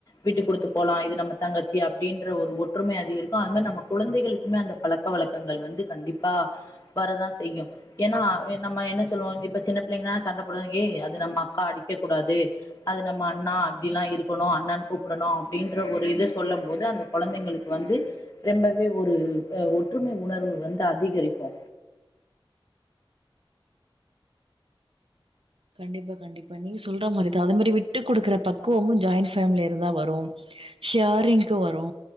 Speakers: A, on the left; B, on the right.
A: விட்டு குடுத்து போலா இது நம்ம தங்கச்சி அப்டின்ற ஒரு ஒற்றுமை அதிகரிக்கு அது மாரி நம்ம குழந்தைகளுக்குமே அந்த பழக்க வழக்கங்கள் வந்து கண்டிப்பா வரதா செய்யு ஏன்னா நம்ம என்ன சொல்லுவோ இப்ப சின்ன பிள்ளைங்கன்னா சண்ட போடு ஏ அது நம்ம அக்கா அடிக்க கூடாது அது நம்ம அண்ணா அப்டிலா இருக்கணு அண்ணான்னு கூப்புடணு அப்படின்ற ஒரு இது சொல்ல போது அந்த கொழந்தைங்களுக்கு வந்து ரொம்பவே ஒரு அ ஒற்றுமை உணர்வு வந்து அதிகரிக்கோ
B: கண்டிப்பா கண்டிப்பா நீங்க சொல்ற மாரி தா அதே மாரி விட்டு குடுக்கற பக்குவமு ஜாயிண்ட்பேமிலில இருந்து தா வரும் ஹேரிங் வரோ